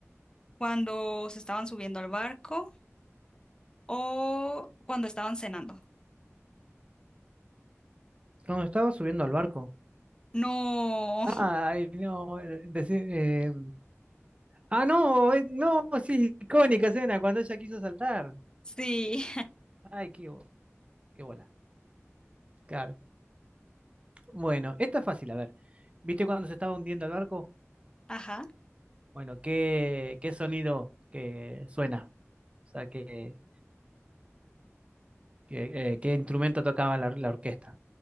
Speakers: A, on the left (about 15°); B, on the right (about 25°).
A: cuando se estaban subiendo al barco o cuando estaban cenando.
B: Cuando estaba subiendo al barco.
A: No, <laughs>
B: Ay, no, eh, decí- eh, ah, no, eh, no, sí, icónica escena, cuando ella quiso saltar.
A: sí,
B: Ay, qué, bo- qué bola. Claro. Bueno, esta es fácil, a ver. ¿Viste cuando se estaba hundiendo el barco?
A: ajá,
B: Bueno, ¿qué, qué sonido que suena? O sea, ¿qué, qué, eh, qué instrumento tocaba la, la orquesta?